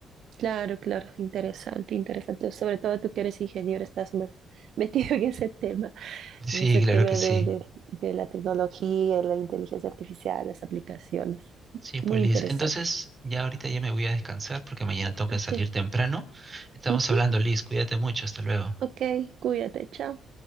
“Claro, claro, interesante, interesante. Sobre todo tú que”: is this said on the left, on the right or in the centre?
Right